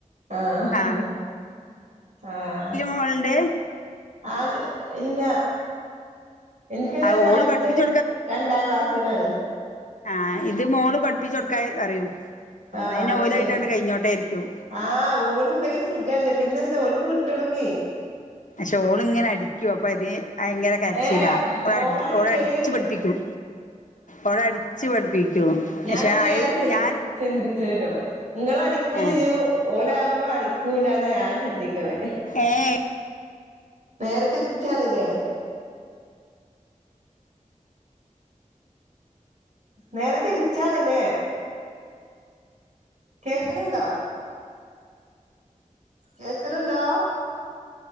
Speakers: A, on the right (about 65°); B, on the left (about 70°).
A: ആഹ
B: ആ
A: ആഹ
B: ഉണ്ട്
A: അത് ഇല്ല എനിക്ക്
B: ആ
A: വഴുത്
B: ഓള് പഠിപ്പിച്ചു
A: രണ്ടാം ക്ലാസ്സിലാണ്
B: ആഹ ഇത് മോള് പഠിപ്പിച്ചച്ച് കൊടുക്കാ അറിയൂ അപ്പൊന്ത
A: ആഹ് അത്
B: ഓലായിട്ട്ണ്ട്
A: ശരി
B: കഴഞ്ഞോട്ടേ ആരിക്കും
A: ആഹ് ഓന ഇണ്ടാക്കി സുഖല്ലേ പിന്നെ എന്താ ഓലക്ക് വിട്ടോടക്കി
B: ഷോള് ഇങ്ങനെ അടിക്കും അപ്പൊ അത് ഭയങ്കര കരച്ചീരാഓ
A: ഏഹ് ഓളടിക്കല്
B: ഓടെ അടിച്ചു പഠിപ്പിക്കും ഓട അടിച്ചു പഠിപ്പിക്കും
A: ഞാനാ
B: പക്ഷെ
A: നേരെ
B: അയി
A: ച
B: ഞാൻ
A: ചിന്തിച്ച കേട്ടോ നിങ്ങ അടിക്ക
B: ഏഹ്
A: ചെയ്യൂ ഓലാകുമ്പോ അടിക്കൂല്ലന്ന് ഞാൻ ചിന്തിക്കണേ
B: ഏഹ
A: നേരെ തിരിച്ചണല്ലേ നേര തിരിച്ചാ നല്ലെ കേൾക്കുന്നുണ്ടോ കേക്കലണ്ടോ?